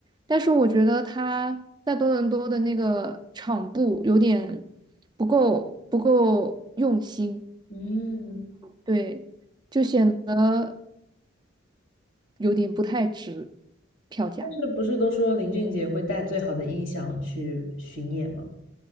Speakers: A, on the right; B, on the left.
A: 但是我觉得他在多伦多的那个场布有点不够不够用心，
B: 嗯，
A: 对，就显得有点不太值票价。
B: 但是不是都说林俊杰会带最好的音响去巡演吗？